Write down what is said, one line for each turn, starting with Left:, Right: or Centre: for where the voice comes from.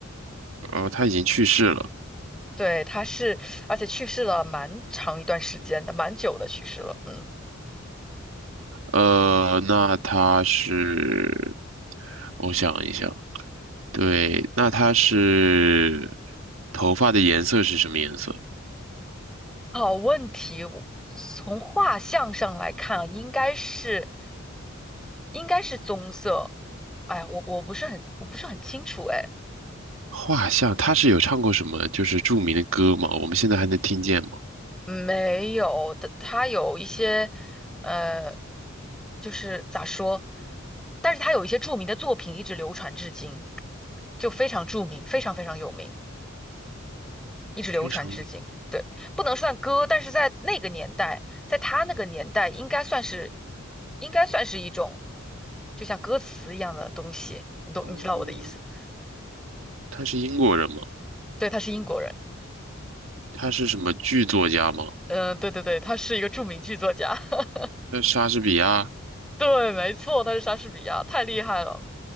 Right: 哦，他已经去世了。
Centre: 对，他是，而且去世了蛮长一段时间的，蛮久的去世了，嗯。
Right: 呃，那他是，我想一想，对，那他是头发的颜色是什么颜色？
Centre: 好问题，我从画像上来看啊，应该是应该是棕色。哎呀我我不是很我不是很清楚，哎。
Right: 画像，他是有唱过什么就是著名的歌吗？我们现在还能听见吗？
Centre: 没有的，他有一些，呃，就是咋说，但是他有一些著名的作品一直流传至今，就非常著名，非常非常有名，一直流传至今。
Right: 非常英，
Centre: 对，不能算歌，但是在那个年代，在他那个年代，应该算是，应该算是一种，就像歌词一样的东西。你懂，
Right: 嗯，
Centre: 你知道我的意思？
Right: 他是英国人吗？
Centre: 对，他是英国人。
Right: 他是什么剧作家吗？
Centre: 嗯，对对对，他是一个著名剧作家。<laughs>
Right: 那莎士比亚？
Centre: 对，没错，他是莎士比亚，太厉害了。